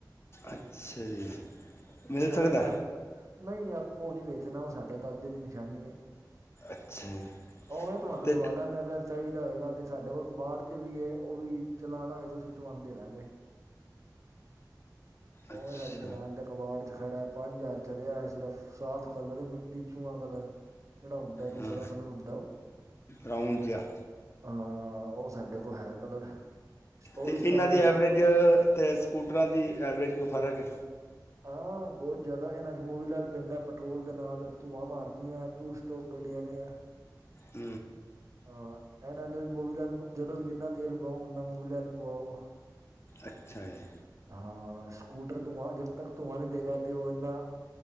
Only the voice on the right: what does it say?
ਮੇਰੇ
ਦਾਦ ਨਹੀਂ ਆਪੋ ਉ ਨਹੀਂ ਵੇਚਨਾ ਸਾਡੇ ਦਾਦੇ ਦੀ ਨਿਸ਼ਾਨੀ ਏ।
ਉਵੇਂ ਤੁਹਾਨੂੰ
ਦਵਾਲਾ ਅਗਰ ਚਾਹੀਦਾ ਹੋਏਗਾ। ਤੇ ਸਾਡੇ ਕੋਲ ਕਬਾੜ ਚ ਵੀ ਏ। ਉਹ ਵੀ ਚਲਾਣਾ ਹੇ ਤੁਸੀ ਤੁਹਾਨੂੰ ਦੇ ਦਾਂਗੇ। ਉਵੇਂ
ਸਾਡੀ ਦੁਕਾਨ ਤੇ ਕਬਾੜ ਖੜਾ ਹੈ ਪੰਜ ਹਜ਼ਾਰ ਚੱਲਿਆ ਸਿਰਫ, ਸਾਫ਼ ਕਲਰ ਮਿੱਟੀ ਚੁਆਂ ਕਲਰ। ਖੇੜਾ ਹੁੰਦਾ ਦੂਸਰਾ
ਕਲਰ ਹੁੰਦਾ ਉ,
ਹਾਂ ਉ ਸਾਡੇ ਕੋਲ ਹੈ ਕਲਰ।
ਵੀ ਸਟਾਰਟ
ਹਾਂ ਬਹੁਤ ਜਿਆਦਾ ਇਹਨਾ ਚ ਮੂਵੀਲਾਲ ਪੈਂਦਾ ਪੈਟ੍ਰੋਲ ਦੇ ਨਾਲ ਧੂਵਾਂ ਮਾਰਦੀਆਂ ਟੂ ਸਟੋਪ ਗੱਡੀ <unintelligible>
ਹਾਂ, ਇਹਨਾਂ ਨੂੰ ਮੂਵੀਲਾਲ ਜਦੋਂ ਵੀ ਜਿੰਨਾ ਤੇਲ ਪਵਾਓ ਉੱਨਾ ਮੂਵੀਲਾਲ ਪਵਾਓ।
ਹਾਂ ਸਕੂਟਰ ਧੂਆਂ ਜਬ ਤੱਕ ਧੂਆਂ ਨਹੀਂ ਦੇਗਾ ਤੇ ਉਹ ਇੰਨਾ